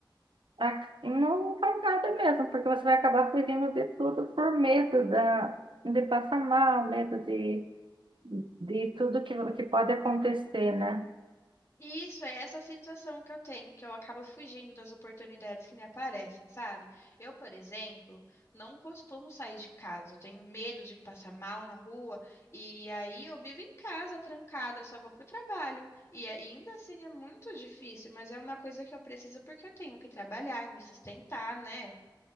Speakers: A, on the right; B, on the left.
A: ac- não faz nada mesmo, porque você vai acabar fugindo de tudo por medo da, de passar mal, medo de, de tudo que, que pode acontecer, né?
B: Isso é essa sensação que eu tenho, que eu acabo fugindo das oportunidades que me aparecem, sabe? Eu, por exemplo, não costumo sair de casa, eu tenho medo de passar mal na rua, e aí eu vivo em casa trancada, eu só vou pro trabalho. E ainda assim é muito difícil, mas é uma coisa que eu preciso porque eu tenho que trabalhar e me sustentar, né?